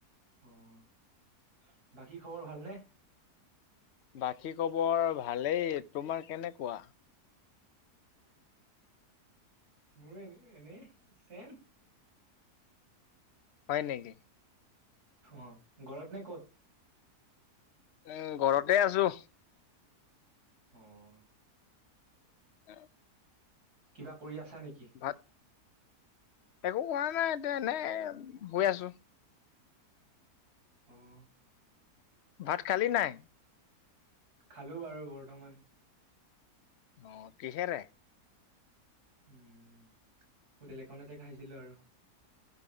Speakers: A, on the right; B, on the left.
A: অ' বাকী খবৰ ভালনে?
B: বাকী খবৰ ভালেই। তোমাৰ কেনেকুৱা?
A: মোৰো এনে এনেই চেম।
B: হয় নেকি?
A: অ' ঘৰত নে ক'ত?
B: উম, ঘৰতে আছো।
A: অ'।
B: অ <unintelligible>
A: কিবা কৰি আছা নেকি?
B: ভাত একো কৰা নাই, এতিয়া এনেই শুই আছো।
A: অ'।
B: ভাত খালি নাই?
A: খালো বাৰু বৰ্তমান।
B: অ'। কিহেৰে
A: উম, হোটেল এখনতে খাইছিলো আৰু।